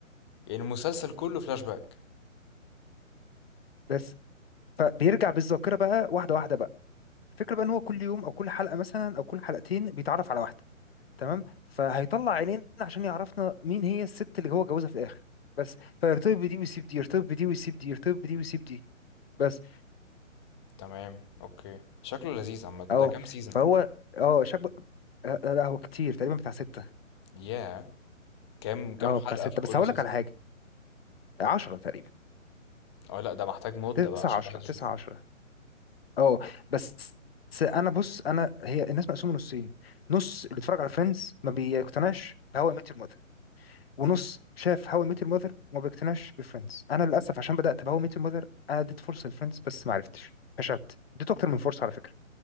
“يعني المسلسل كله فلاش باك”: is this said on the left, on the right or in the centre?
Left